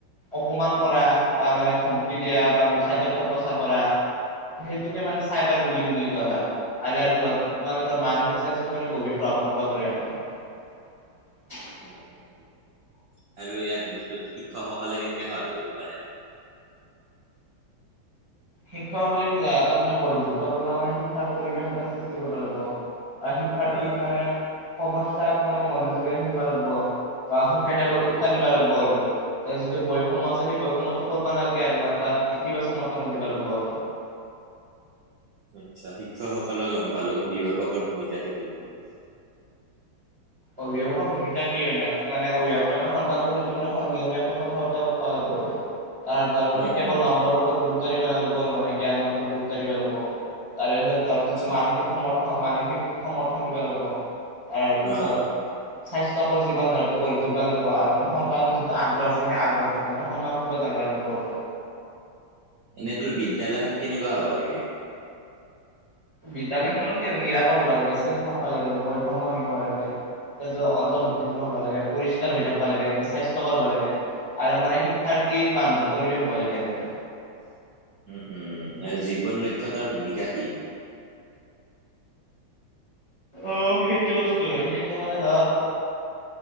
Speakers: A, on the right; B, on the right.
A: অপমান কৰা বা মানে ধমকি দিয়া বা মিছা তথ্য প্ৰচাৰ কৰা সেইটোকে মানে চাইবাৰ বুলিং বুলি কোৱা হয় আৰু ইয়াৰ ফলত মানে ধৰ মানসিক স্বাস্থ্য মানে গভীৰ প্ৰভাৱ <unintelligible>
B: উম উম উম আৰু ইয়াত বস্তুত শিক্ষকসকলে কেনেকে সহায় কৰিব পাৰে
A: শিক্ষকসকলে এটা মানে বন্ধুত্বপূৰ্ণ মানে শিক্ষাৰ পৰিৱেশ এটা সৃষ্টি কৰিব লাগিব আৰু শিক্ষাথীক
B: আহ
A: মানে সমস্যা টো মানে মনোযোগেৰে শুনবা লাগিব বা শিক্ষয়িত্ৰীৰ সকলক উৎসাহ দিবা লাগিব আৰু তাৰ যিটো বৈষম্য আছে সেই বৈষম্য টো কৰিব নালাগে আৰু মানে তাৰ ইতিবাচক মতামত দিব লাগে বৰ
B: আচ্ছা শিক্ষকসকলক গম পালোঁ অভিভাৱকৰ ভূমিকাটো কি
A: অভিভাৱকৰ ভূমিকা কি মানে মানে অভিভাৱকে মানে সন্তানটোৰ সৈতে মানে নিয়মীয়াকৈ কথা বতৰা পাতা তাৰ ধৰ মানে
B: উম
A: কেৱল
B: উম
A: নম্বৰৰ ওপৰত গুৰুত্ব গুৰুত্ব দিব নালাগিব আৰু মানে জ্ঞানৰ ওপৰত গুৰুত্ব দিব লাগিব তাৰে পিছত ধৰক
B: আচ্ছা
A: যিটো মানসিক সম্পৰ্ক মানসিক সমৰ্থন দিব লাগিব তাৰপিছত
B: অ
A: স্বাস্থ্যকৰ জীৱন ধৰাটো গঢ়ি তুলিব লাগিব আৰু মানে সন্তানৰ যিটো আগ্ৰহ আছে সেই আগ্ৰটোক মানে সন্মান কৰিব জান মানুহ বোৰ
B: এনে তোৰ বিদ্যালয়খন কেনেকুৱা হব লাগে??
A: বিদ্যালয়খনত কে নিৰাপদ হব লাগে চেফ থাকব লাগে বা বৈষম্যহীন হ'ব লাগে তাছত অন্তৰ্ভুক্তিমূলক হব লাগে পৰিষ্কাৰ হৈ থাকিবা লাগে বা স্বাস্থ্যকৰ হব লাগে আৰু মানে শিক্ষাৰ্থীৰ বান্ধৱ পৰিৱেশ হ'ব লাগে আৰু মানে
B: উম উম আৰু জীৱন দক্ষতাৰ ভূমিকা কি?
A: আহ সেইটো বস্তুৱে সেইটো মানে ধৰ